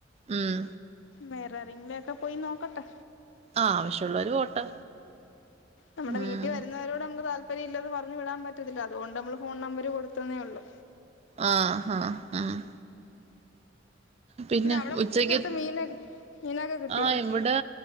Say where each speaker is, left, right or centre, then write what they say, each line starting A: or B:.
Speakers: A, on the right; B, on the left.
A: ഉം
B: മേരാ റി മക്കയി നോകട്ടെ
A: ആഹ് അവശ്യമുള്ളരു പോട്ടെ
B: നമ്മടെ
A: ഉം
B: വീട്ടി വരുന്നവരോട് നമക്ക് താല്പര്യം ഇല്ലന്ന് പറഞ്ഞു വിടാൻ പറ്റത്തില്ല അതുകൊണ്ട് നമ്മള് ഫോൺ നമ്പര് കൊടുത്തന്നേള്ളൂ
A: ആഹ് ആഹ് ആഹ് പിന്നെ
B: അവിടെ ഉച്ചക്കത്തെ
A: ഉച്ചക്ക്
B: മീന് മീനൊക്കെ കിട്ടിയോ
A: ആഹ് ഇവിടെ